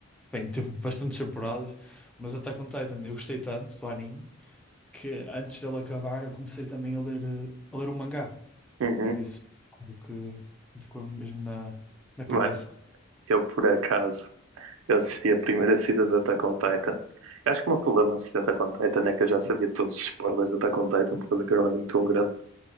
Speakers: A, in the centre; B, on the right.
A: bem, teve bastantes temporadas, mas Attack on Titan, eu gostei tanto do anime que antes dele acabar eu comecei também a ler, eh, a ler o mangá,
B: Uhum.
A: por isso algo que me ficou mesmo na, na cabeça.
B: Mano, eu por acaso, eu assisti a primeira season da Attack on Titan. Eu acho que o meu problema a assistir Attack on Titan é que eu já sabia todos os spoilers da Attack on Titan por causa que era um anime tão grande.